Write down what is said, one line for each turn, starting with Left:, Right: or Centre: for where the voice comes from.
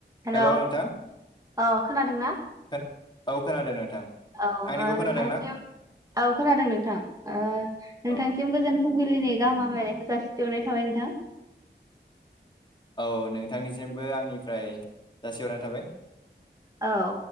Right: हेल'
Left: hello नोंथां
Right: औ खोनादोंना
Left: खोना औ खोनादों नोंथां
Right: औ
Left: आंनिखौ
Right: ओ
Left: खोनादों
Right: नोंथांसिम
Left: ना
Right: औ खोनादों नोंथां ओ नोंथांसिम
Left: औ
Right: गोजोन फुंबिलि। लिनि गाहाम हामलायनायखौ जासिहरनाय थाबाय नोंथां।
Left: औ नोंथांनिसिमबो आंनिफ्राय जासिहरनाय थाबाय।
Right: औ